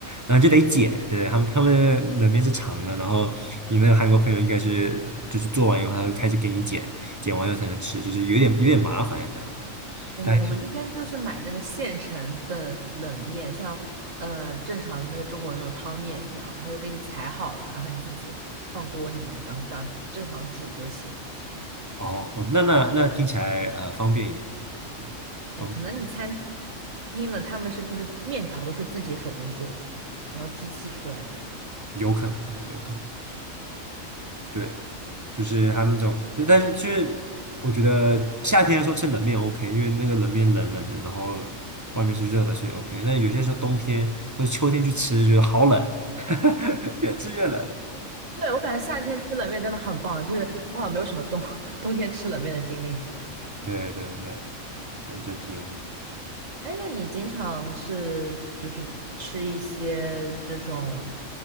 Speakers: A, on the right (about 20°); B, on the right (about 60°).
A: 然后就得剪，对，他们他们冷面是长的，然后你那个韩国朋友应该是就是做完以后，他就开始给你剪，剪完以后才能吃，就是有点有点麻烦这样，对。
B: 我们我们这边就是买那个现成的冷面，
A: 但
B: 像呃正常的那个中国那种汤面一样，他就给你裁好了，然后你自己放锅里面，然后这样正常煮就行。
A: 哦，哦那那那听起来呃方便一点，对，方
B: 哎，可能你餐厅的他们是就是面条都是自己手工做的，然后机器出来的。
A: 有可能哦有可能。对，就是它那种，但但是就是我觉得夏天的时候吃冷面 OK，因为那个冷面冷冷的，然后外面是热的，所以 OK。那有些时候冬天或者秋天去吃，觉得好冷，<laughs> 越吃越冷了。
B: 对，我感觉夏天吃冷面真的很棒，就是我好像没有什么冬 <laughs> 冬天吃冷面的经历。
A: 对对对，就就挺有意思的。
B: 哎，那你经常是就是吃一些这种